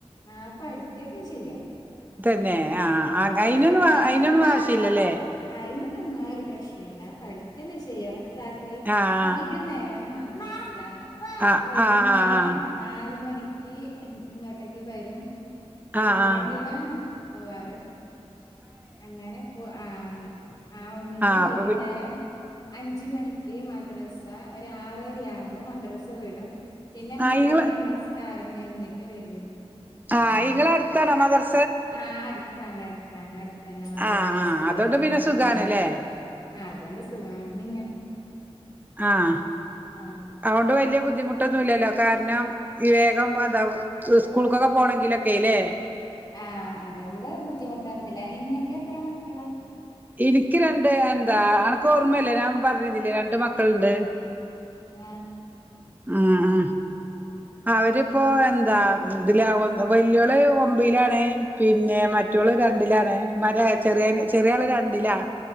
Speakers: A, on the left; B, on the right.
A: ആഹ്പടിക്കൊക്കെ ചെയ്യും
B: തന്നെ
A: ഉം ആഹ് പഠിക്ക
B: അയിനൊന്നും
A: <unintelligible>
B: അയിനൊന്നും ആവശ്യല്ലല്ലേ
A: അയിലും ഒന്നും ഒരു പ്രശ്ന ഇല്ല പഠിക്കൊക്കെ ചെയ്യോ രാ- ത്രി
B: ആഹ്
A: വൈകുന്നേരാണ് മാദ്രസ
B: ആഹ്
A: ആ വൈകുന്നേരം
B: ആഹ് ആഹ്
A: നാല് മണിക്ക് ഇങ്ങോട്ടേക്ക് വരും വ
B: ആഹ്
A: വണ്ടിയിലാണ്
B: ആഹ്
A: പോവാറ് അങ്ങനെ പോ ആഹ് ആഹ് വന്നിട്ട്
B: ആഹ്
A: വൈകുന്നേരം
B: അപ്പൊ
A: അഞ്ച് മണിക്ക് മദ്രസ ഒര് ആറര ആവുമ്പോ മദ്രസ വിടും പിന്നെ മഗ്രിബ്
B: ആഹ് ഇങ്ങള്
A: നമസ്കാരം കഴിഞ്ഞിട്ട് വരുന്നു
B: ആ ഇങ്ങളെ അടുത്താണോ മദ്രസ
A: ആഹ് അടുത്താണ് അടുത്താണ് അടുത്തന്നെ മദ്രസ
B: ആഹ് ആഹ്
A: സ്കൂളൊക്കെ
B: അതോണ്ട് പിന്നെ സുഖാണല്ലേ
A: ഉ ആഹ് അതോണ്ട് സുഖാണ് നിങ്ങ
B: ആഹ്
A: ആ
B: അതൊണ്ട് വലിയ ബുദ്ധിമു ട്ടൊന്നുമല്ലല്ലോ കാരണം ഈ വേഗം എന്താ സ്കൂൾക്കൊക്കെ പോണമെങ്കിലൊക്കെല്ലേ
A: ആ അതോണ്ട് ബുദ്ധിമുട്ടൊന്നുല്ല നിങ്ങൾക്ക് എത്ര മക്കളാ
B: ഇനിക്ക് രണ്ട് എന്താ അനക്ക് ഓർമ്മയില്ല ഞാൻ പറഞ്ഞുന്നില്ലേ രണ്ട് മക്കളുണ്ട്
A: ആഹ്
B: ആഹ് ആഹ് അവരിപ്പോ എന്താ ഇതിലാ വല്ലിയോള് ഒമ്പയിലാണേ പിന്നെ
A: ആ
B: മറ്റോള് രണ്ടിലാണ് മല ചെറിയ ചെറിയാള് രണ്ടിലാ